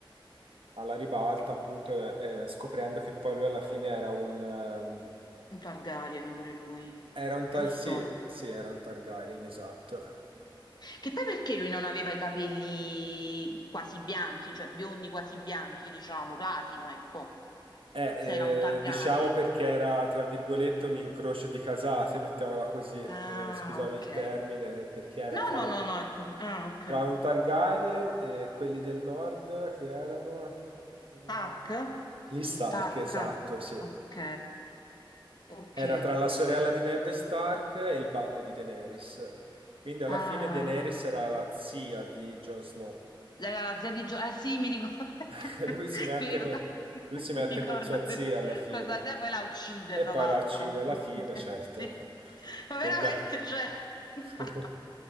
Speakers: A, on the right (about 80°); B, on the left (about 50°).
A: alla ribalta, appunto, eh, eh, scoprendo che poi lui alla fine era un, ehm,
B: Un Targaryen pure lui,
A: era un
B: giusto?
A: Tar- sì, sì, era un Targaryen, esatto.
B: Che poi perché lui non aveva i capelli quasi bianchi, cioè biondi quasi bianchi, diciamo, platino, ecco.
A: Eh,
B: Se era un Targaryen.
A: eh, diciamo perché era, tra virgolette, un incrocio di casate, <laughs> mettiamola così, eh,
B: Ah,
A: scusami
B: ok.
A: il termine, perché era
B: No,
A: tra,
B: no, no, no. ecco. Ah, ok.
A: tra un Targaryen e quelli del nord che erano... mm,
B: Stark?
A: Gli Stark,
B: Gli Stark.
A: esatto, sì.
B: Ok, ok.
A: Era tra la sorella di Ned Stark e il babbo di Daenerys. Quindi alla
B: Ah,
A: fine Daenerys era la zia di Jon Snow.
B: era la zia di Gio. Eh sì, mi ricordo. <laughs>
A: <laughs> Lui si mette
B: Mi ricordo,
A: con,
B: <laughs>
A: lui si mette
B: mi ricordo
A: con sua
B: questo-
A: zia alla fine.
B: questa zia poi la uccide,
A: E
B: fra
A: poi
B: l'altro.
A: la uccide alla
B: <laughs>
A: fine, certo.
B: Sì, ma veramente,
A: Per da-
B: cioè. <laughs>
A: <laughs>